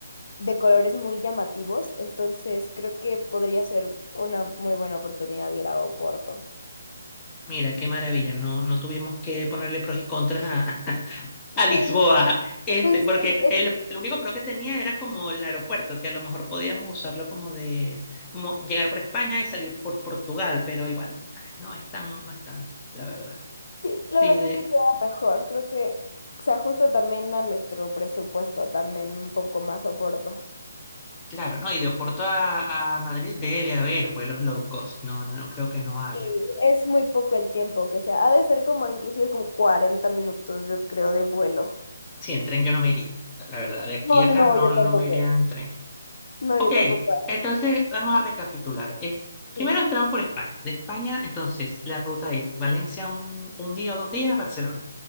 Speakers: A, on the left; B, on the left.
A: de colores muy llamativos, entonces creo que podría ser una muy buena oportunidad de ir a Oporto.
B: mira qué maravilla, no, no tuvimos que ponerle pros y contras a, <laughs> a Lisboa,
A: Sí,
B: este,
A: pues
B: porque
A: es que-
B: el,
A: es-
B: el único pro que tenía era como el aeropuerto, que a lo mejor podíamos usarlo como de, como llegar por España y salir por Portugal, pero igual, ah, no es tan, no es tanto, la verdad.
A: sí, la
B: Sí,
A: verdad
B: de,
A: creo que queda mejor, creo que se ajusta también a nuestro presupuesto, también un poco más Oporto.
B: claro, no, y de Oporto a, a Madrid debe haber vuelos low cost, no, no no creo que no haya.
A: Sí, es muy poco el tiempo que sea. Ha de ser como inclusive como 40 minutos, yo creo, de vuelo.
B: Sí, en tren yo no me iría. La verdad, de aquí
A: No,
B: a
A: no,
B: acá
A: no,
B: no,
A: yo
B: no
A: tampoco.
B: me iría en tren.
A: No,
B: Ok,
A: yo tampoco.
B: entonces vamos a recapitular. Es- primero
A: Sí,
B: entramos por España. De España, entonces, la ruta es Valencia un, un día o dos días a Barcelona.